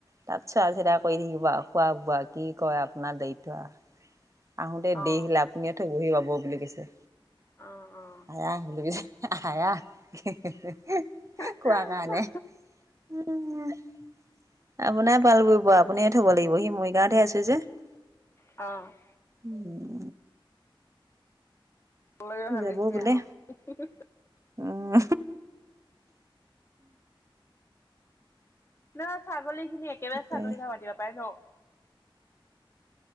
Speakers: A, on the right; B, on the left.
A: তাত চোৱা চিতা কৰি থাকিব আৰু খোৱা বোৱা কি কৰে আপোনাৰ দায়িত্ব আৰু আহোতে
B: অ
A: দেৰি হ'লে আপুনিয়ে থবহি পাব বুলি কৈছে।
B: অ', অ'
A: <unintelligible> আপোনাৰ পাল পৰিব
B: অ
A: আপুনিয়ে থ'ব লাগিব হি, মৰিগাঁৱতহে আছে যে।
B: অ'।
A: উম'
B: <unintelligible>
A: সি
B: ভাবিছে
A: যাব বোলে
B: আৰু।
A: উম'
B: নহ ছাগলী খিনি একেবাৰে
A: তাকে
B: ছাগলী না <unintelligible> পাৰে ন।